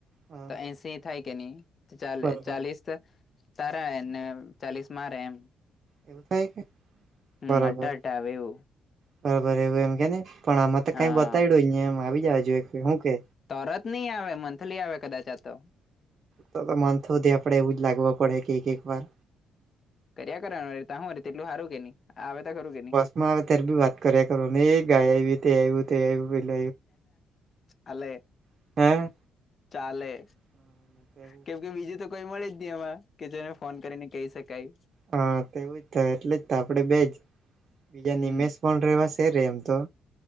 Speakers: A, on the right (about 50°); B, on the left (about 45°).
A: હા
B: તો એસી થાય કે નહી ત ચા
A: બરોબર
B: ચાલીસ, <unintelligible> સારા એને ચાલીસ મારે એમ,
A: એવું થાય કે,
B: હમ
A: બરાબર
B: અટ અટ આવે એવું.
A: બરાબર એવું એમ કે ને પણ આમાં તો
B: હા
A: કઈ બતાવીડો એમ આવી જવા જોએ હું કે,
B: તરત નહી આવે મંથલી આવે કદાચ આ તો,
A: તો તો મન્થ સુદે આપડે એવું જ લાગવા પડે કે એક એક વાર,
B: કર્યા કરવા હું તેટલું સારું કે નહી આવેતા ખરું કે નહી.
A: અત્યારે બી વાત કર્યા કરો ને એ ગાય આવી તે આવ્યું તે આવ્યું. પેલું
B: ચાલે,
A: આવ્યું
B: ચાલે,
A: હે તેવું
B: કેમ કે બીજું તો કોઈ મળે જ નહી એમાં કે જેને ફોન કરીને કહી શકાય.
A: હા તેવું જ થાય એટલે જ તો આપડે બેજ, બીજા
B: હમ
A: નિમેષ પણ રેવાશે રેમ તો